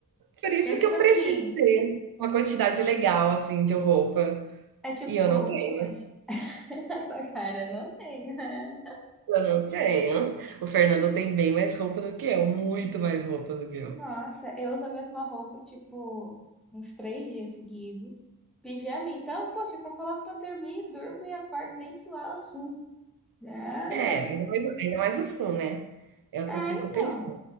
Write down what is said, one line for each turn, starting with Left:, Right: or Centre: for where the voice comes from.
Right: por isso
Centre: Eu, tipo
Right: que eu
Centre: assim,
Right: preciso ter uma quantidade legal, assim, de roupa.
Centre: é tipo,
Right: E eu não tenho,
Centre: poxa, <laughs> essa cara não tem, né?
Right: eu não tenho. O Fernando tem bem mais roupa do que eu, muito mais roupa do que eu.
Centre: Nossa, eu uso a mesma roupa, tipo, uns três dias seguidos. Pijama, então, poxa, eu só coloco pra dormir, durmo e acordo nem suar o sul. Ah,
Right: É,
Centre: não.
Right: ainda mais ainda mais no sul, né. É o
Centre: Ah,
Right: que eu fico
Centre: então.
Right: pensando.